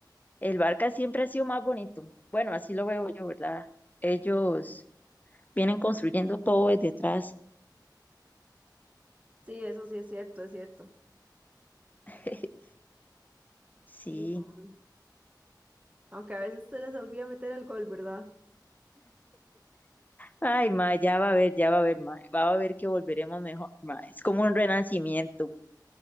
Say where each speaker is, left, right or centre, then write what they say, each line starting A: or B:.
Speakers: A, on the left (about 20°); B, on the right (about 20°).
A: el Barca siempre ha sido más bonito. Bueno, así lo veo yo, ¿verdad? Ellos vienen construyendo todo desde atrás.
B: Sí, eso sí es cierto, es cierto.
A: <laughs> Sí.
B: Y, um, aunque a veces se les olvida meter el gol, ¿verdad?
A: Ay, mae, ya va a ver, ya va a ver, mae, va a ver que volveremos mejor, mae. Es como un renacimiento.